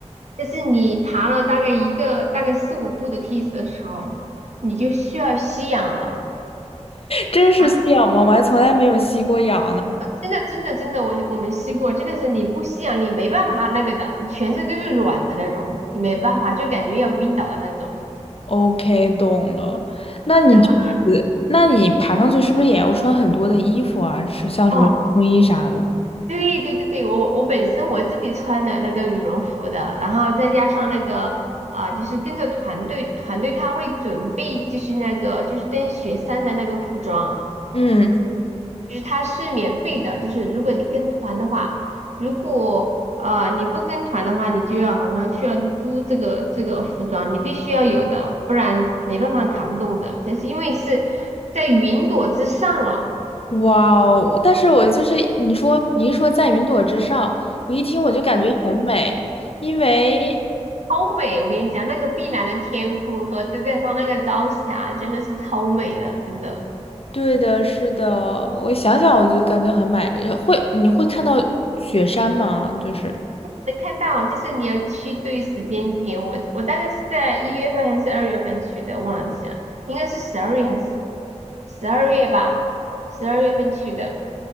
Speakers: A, on the right; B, on the left.
A: 就是你爬了大概一个大概四五步的梯子的时候，你就需要吸氧了。
B: 真是吸氧吗？
A: 啊！
B: 我还从来没有吸过氧呢。
A: 真的，真的，真的，我我们吸过，真的是你不吸氧，你没办法那个的，你全身都是软的那种，你没办法，就感觉要晕倒的那种。
B: OK，懂了。那你这次那你爬上去是不是也要穿很多的衣服啊？
A: 是的，
B: 是像什么冲锋衣啥的？
A: <laughs> 哦，对对对对，我我本身我自己穿的那个羽绒服的，然后再加上那个啊、就是跟着团队，团队他会准备就是那个就是登雪山的那个服装。
B: 嗯，
A: 就是它是免费的，就是如果你跟团的话，如果呃你不跟团的话，你就要好像需要租这个这个服装，你必须要有的，不然没办法扛冻的。这是因为是在云朵之上了，
B: 哇哦！但是我就是你说，你一说在云朵之上，我一听我就感觉很美，因为
A: 超美！我跟你讲，那个碧蓝的天空和再加上那个朝霞，真的是超美的，真的。
B: 对的，是的，我想想我就感觉很美。呃会，你会看到雪山吗？就是
A: 能看到，就是你要去对时间点。我我大概是在一月份还是二月份去的，忘记了，应该是十二月还是十二月吧，十二月份去的。